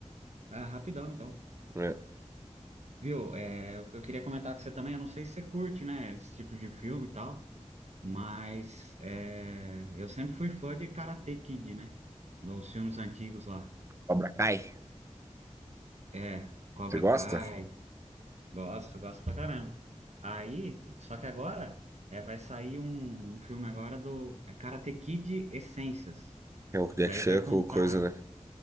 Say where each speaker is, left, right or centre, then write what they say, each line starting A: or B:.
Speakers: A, on the right; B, on the right.
A: Ah, rapidão, então.
B: né?
A: Viu? É, o que eu queria comentar com você também, eu não sei se você curte, né, esse tipo de filme e tal, mas é, eu sempre fui fã de Karate Kid, né? Dos filmes antigos lá.
B: Cobra Kai.
A: É, Cobra
B: Você gosta?
A: Kai. Gosto, gosto pra caramba. Aí, só que agora é, vai sair um, um filme agora do é Karate Kid Essências.
B: É o Jack
A: Daí
B: Chan
A: vai contar
B: com coisa, né?